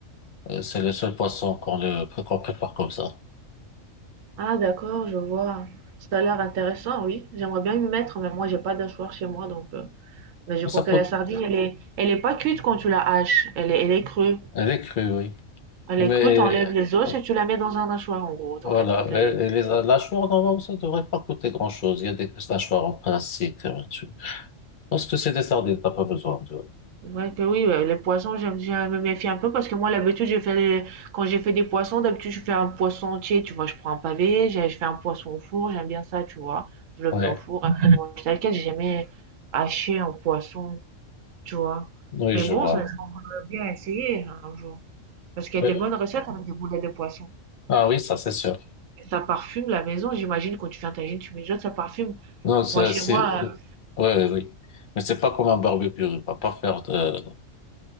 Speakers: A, on the left; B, on the right.
A: euh, c'est le seul poisson qu'on le, qu'on prépare comme ça.
B: Ah d'accord, je vois. Ça a l'air intéressant, oui. J'aimerais bien m'y mettre, mais moi j'ai pas d'achoir chez moi, donc. euh, Mais je
A: Ça
B: crois que
A: coûte,
B: la sardine, elle est, elle est pas cuite quand tu la haches. Elle est, elle est crue.
A: elle est crue, oui.
B: Elle
A: Mais,
B: est crue, t'enlèves les os
A: euh,
B: et tu la mets dans un hachoir, en gros. T'enlèves
A: voilà,
B: toutes les,
A: et- et les,
B: les-
A: mâchoires, normalement, ça devrait pas coûter grand-chose. Il y a des mâchoires en plastique. euh, tu- Parce que c'est des sardines, t'as pas besoin de...
B: Ouais que oui, ouais, les poissons, j'aime, je me méfie un peu parce que moi, l'habitude, je fais des- quand j'ai fait des poissons, d'habitude, je fais un poisson entier, tu vois, je prends un pavé, j'ai- je fais un poisson au four, j'aime bien ça, tu vois, je le
A: Ouais,
B: mets au four, après, je mange tel quel, j'ai jamais haché un poisson, tu vois.
A: oui,
B: Mais
A: je
B: bon,
A: vois.
B: ça serait bien essayer hein, un jour. Parce qu'il y
A: Oui.
B: a des bonnes recettes avec des boulettes de poisson.
A: Ah oui, ça, c'est sûr.
B: Et ça parfume la maison, j'imagine, quand tu fais un tagine, tu mets ça parfume.
A: Non, c'est,
B: Moi, chez
A: c'est,
B: moi,
A: ouais,
B: euh,
A: oui. oui. Mais c'est pas comme un barbecue. Il va pas faire de,